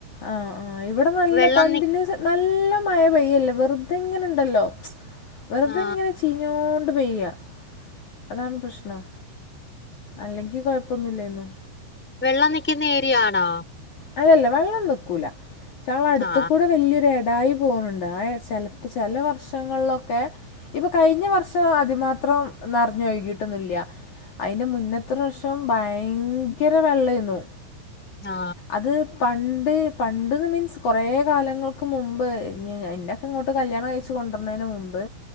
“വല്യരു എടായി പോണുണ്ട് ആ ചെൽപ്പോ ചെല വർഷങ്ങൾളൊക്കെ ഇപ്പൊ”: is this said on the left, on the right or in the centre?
Left